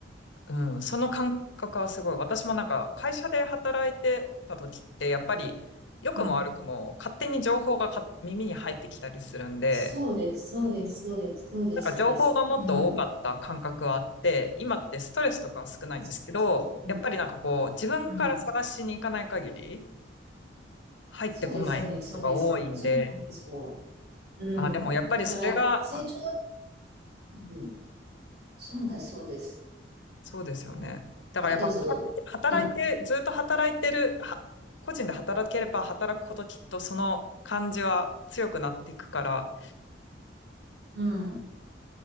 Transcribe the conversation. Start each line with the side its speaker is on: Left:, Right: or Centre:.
Left: うん、その感覚はすごい。私もなんか会社で働いてた時って、やっぱり良くも悪くも勝手に情報がか耳に入ってきたりするんで、
Right: うん。そうです、そうです、そうです、そうです、
Left: なんか情報がもっと多かった感覚はあって、
Right: そうです。うん。
Left: 今ってストレスとかは少ないんですけど、
Right: そうです。うん。
Left: やっぱりなんかこう自分から探しに行かない限り
Right: うん。
Left: 入ってこないことが多いんで、
Right: そうです、そうです、そうです。そうなんですよ。うん。
Left: あ、でもやっぱりそれが
Right: だから、成長、うん。そうだ、そうです。
Left: そうですよね。だからやっぱ、
Right: あ、どうぞ、
Left: は
Right: どうぞ。
Left: 働いて、
Right: うん。
Left: ずっと働いてる、は個人で働ければ働くほどきっとその感じは強くなっていくから、
Right: うん。